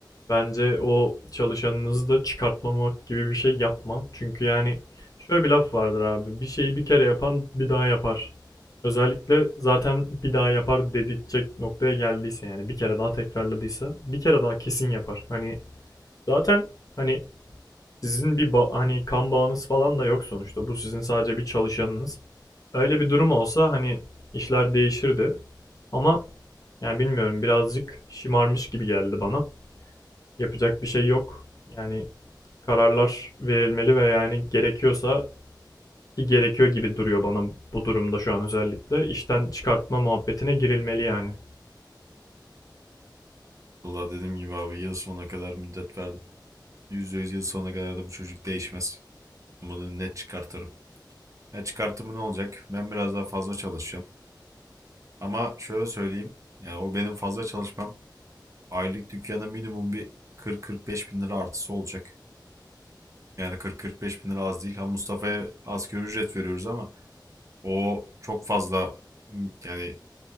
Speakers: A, on the left; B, on the right.
A: bence o çalışanınızı da çıkartmamak gibi bir şey yapma. Çünkü yani şöyle bir laf vardır abi. Bir şeyi bir kere yapan bir daha yapar. Özellikle zaten bir daha yapar dedirtecek noktaya geldiyse yani bir kere daha tekrarladıysa bir kere daha kesin yapar. Hani zaten hani sizin bir ba- hani kan bağınız falan da yok sonuçta. Bu sizin sadece bir çalışanınız. Öyle bir durum olsa hani işler değişirdi. Ama yani bilmiyorum birazcık şımarmış gibi geldi bana. Yapacak bir şey yok. Yani kararlar verilmeli ve yani gerekiyorsa ki gerekiyor gibi duruyor bana bu durumda şu an özellikle. işten çıkartma muhabbetine girilmeli yani.
B: Valla dediğim gibi abi yıl sonuna kadar müddet verdim. %100 yıl sonuna kadar da bu çocuk değişmez. Bunu net çıkartırım. Ya çıkartımı ne olacak? Ben biraz daha fazla çalışacağım. Ama şöyle söyleyeyim. yani o benim fazla çalışmam aylık dükkana minimum bir 40-45 bin lira artısı olacak. Yani 40-45 bin lira az değil. Ha Mustafa'ya asgari ücret veriyoruz ama o çok fazla yani